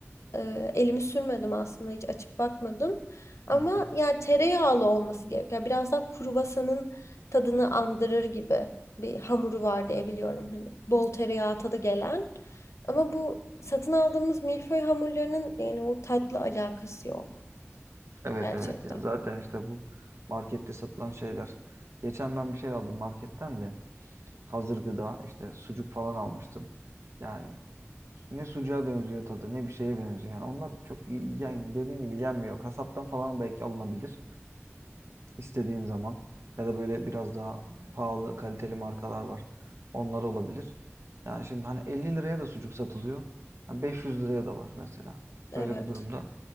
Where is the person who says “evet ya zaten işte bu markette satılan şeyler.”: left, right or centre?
Right